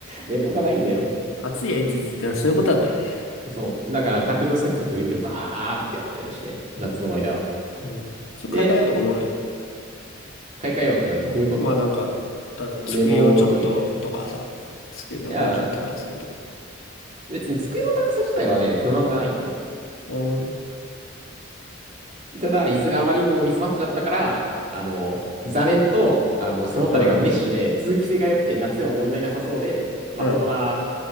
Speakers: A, on the right (about 35°); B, on the left (about 80°).
A: 冷房がないんだよ。
B: 暑いやいついつってのはそういうことだったのね。
A: そう。だから卓上扇風機置いてバーってやったりして、夏の間は。
B: うん。それ買い替えようとか思わないの
A: で、買い替えようってのはどういうこと
B: まあなんか、ただ机をちょっととかさ、
A: 冷房を置くみたいな。い
B: 机のもうちょっと高い机とか。
A: や、別に机の高さ自体はね、不満がないんだよ。
B: うん。
A: ただ、椅子があまりにもミスマッチだったから、あの、座面と、あの、背もたれがメッシュで、
B: うん。
A: 通気性が良くて夏でも問題なさそうで、まともな、
B: うん。